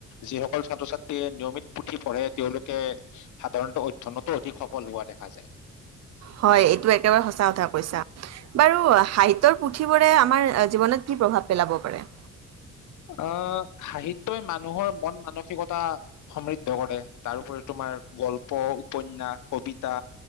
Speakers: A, on the left (about 75°); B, on the right (about 60°).
A: যিসকল ছাত্ৰ- ছাত্ৰীয়ে নিয়মিত পুথি পঢ়ে তেওঁলোকে সাধাৰণতে অধ্যয়নতো অধিক সফল হোৱা দেখা যায়।
B: হয়, এইটো একেবাৰে সঁচা কথা কৈছা। বাৰু সাহিত্যৰ পুথিবোৰে আমাৰ জীৱনত কি প্ৰভাৱ পেলাব পাৰে?
A: আহ, সাহিত্যই মানুহৰ মন-মানসিকতা সমৃদ্ধ কৰে তাৰোপৰি তোমাৰ গল্প, উপন্যাস, কবিতা